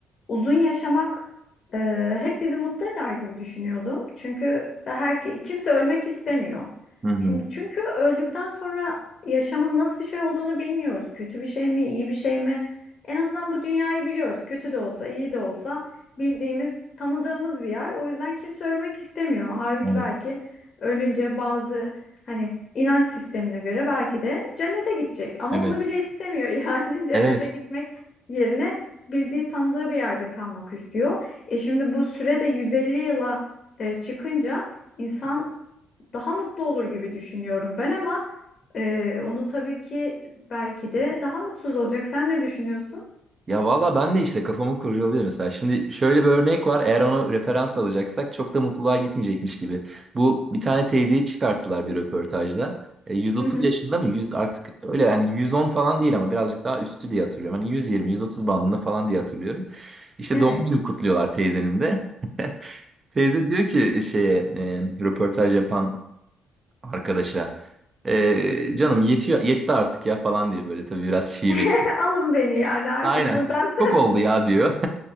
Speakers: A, on the left (about 50°); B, on the right (about 35°).
A: uzun yaşamak e, hep bizi mutlu eder gibi düşünüyordum. Çünkü her kimse ölmek istemiyor.
B: Hı hı.
A: Şimdi çünkü öldükten sonra yaşamın nasıl bir şey olduğunu bilmiyoruz. Kötü bir şey mi, iyi bir şey mi? En azından bu dünyayı biliyoruz. Kötü de olsa, iyi de olsa bildiğimiz, tanıdığımız bir yer. O yüzden kimse ölmek istemiyor. Halbuki
B: Evet.
A: belki ölünce bazı hani inanç sistemine göre belki de cennete gidecek ama
B: Evet.
A: onu bile istemiyor. <laughs> Yani cennete
B: Evet.
A: gitmek yerine bildiği tanıdığı bir yerde kalmak istiyor. E şimdi bu süre de 150 yıla e, çıkınca insan daha mutlu olur gibi düşünüyorum ben ama e, onu tabii ki belki de daha mutsuz olacak. Sen ne düşünüyorsun?
B: Ya valla ben de işte kafamı kurcalıyor mesela. Şimdi şöyle bir örnek var. Eğer onu referans alacaksak çok da mutluluğa gitmeyecekmiş gibi. Bu bir tane teyzeyi çıkarttılar bir röportajda. E, 130
A: Hı hı,
B: yaşında mı? 100 artık öyle yani 110 falan değil ama birazcık daha üstü diye hatırlıyorum. Hani 120, 130 bandında falan diye hatırlıyorum. İşte
A: evet.
B: doğum günü kutluyorlar teyzenin de. <laughs> Teyze diyor ki şeye e, röportaj yapan arkadaşa e, canım yetiyor yetti artık ya falan diye böyle tabii biraz şive.
A: <laughs> Alın beni yani artık
B: Aynen.
A: buradan. <laughs>
B: Çok oldu ya diyor.